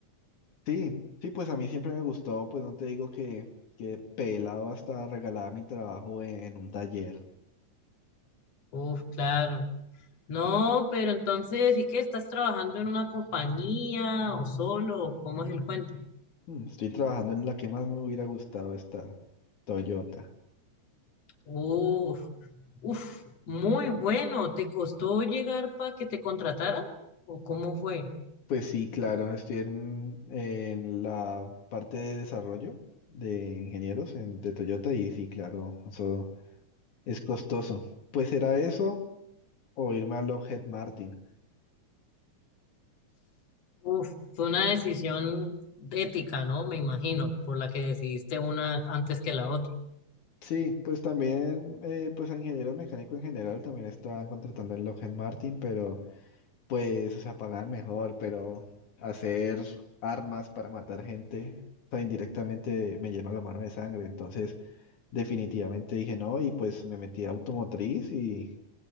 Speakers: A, on the left; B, on the left.
A: Sí, sí, pues a mí siempre me gustó, pues no te digo que, que pelado hasta regalada mi trabajo en un taller.
B: Uf, claro. No, pero entonces sí que estás trabajando en una compañía o solo, o ¿cómo es el cuento?
A: Mm, Estoy trabajando en la que más me hubiera gustado estar, Toyota.
B: Uf, uf, muy bueno. ¿Te costó llegar para que te contrataran? ¿O cómo fue?
A: Pues sí, claro, estoy en, en la parte de desarrollo de ingenieros en- de Toyota y sí, claro, eso Es costoso. Pues era eso o irme a Lockheed Martin.
B: Uf, fue una decisión ética, ¿no? Me imagino, por la que decidiste una antes que la otra.
A: Sí, pues también, eh, pues a ingenieros mecánicos en general también estaban contratando en Lockheed Martin, pero pues, o sea, pagan mejor, pero hacer armas para matar gente, o sea, indirectamente me llenó la mano de sangre. Entonces, definitivamente dije no y pues me metí a automotriz y